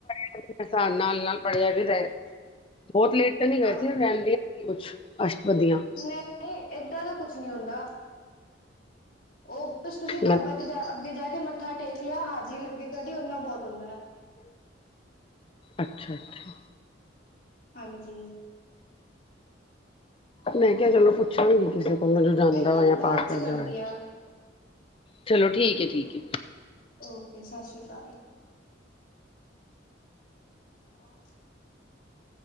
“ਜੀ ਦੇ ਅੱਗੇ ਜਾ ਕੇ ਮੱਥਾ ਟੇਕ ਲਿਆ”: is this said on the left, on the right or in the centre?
Left